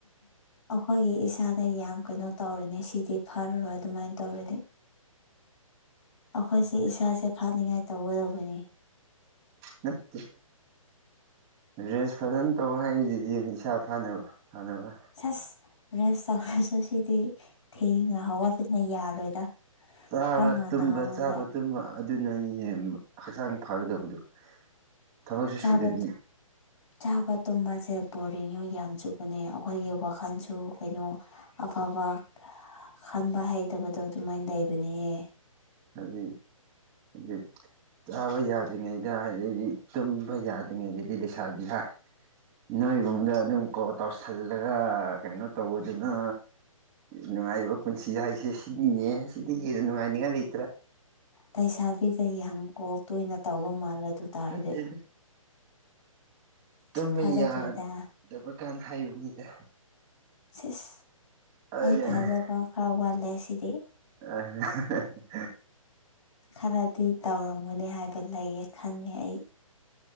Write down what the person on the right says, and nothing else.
ꯅꯠꯇꯦ꯫ ꯔꯦꯁ ꯐꯖꯅ ꯇꯧ ꯍꯥꯏꯔꯤꯗꯨꯗꯤ ꯏꯁꯥ ꯐꯥꯅꯕ ꯐꯥꯅꯕ꯫
ꯆꯥꯕ
ꯇꯨꯝꯕ
ꯆꯥꯕ ꯇꯨꯝꯕ ꯑꯗꯨꯅꯅꯤꯅꯦ ꯍꯛꯆꯥꯡ ꯐꯒꯗꯕꯗꯨ꯫ ꯊꯕꯛꯁꯨ
ꯁꯨꯗꯕꯤ꯫
<unintelligible> ꯆꯥꯕ ꯌꯥꯗ꯭ꯔꯤꯉꯩꯗ ꯑꯗꯩꯗꯤ ꯇꯨꯝꯕ ꯌꯥꯗ꯭ꯔꯤꯉꯩꯗꯩꯗꯤ ꯂꯩꯁꯥꯕꯤꯁꯥ ꯅꯣꯏ ꯔꯣꯝꯗ ꯑꯗꯨꯝ ꯀꯣ ꯇꯧꯁꯤꯜꯂꯒ ꯀꯩꯅꯣ ꯇꯧꯕꯗꯨꯅ ꯅꯨꯡꯉꯥꯏꯔꯤꯕ ꯄꯨꯟꯁꯤ ꯍꯥꯏꯁꯤ꯫ ꯁꯤꯅꯤꯅꯦ ꯁꯤꯗꯤ ꯍꯦꯟꯅ ꯅꯨꯡꯉꯥꯏꯅꯤꯡꯉꯥꯏ ꯂꯩ
ꯅꯠꯇꯦꯗ꯫ ꯇꯨꯝꯕ
ꯌꯥꯗꯕ ꯀꯥꯟ ꯍꯥꯏꯕꯅꯤꯗ꯫
ꯑ
<unintelligible>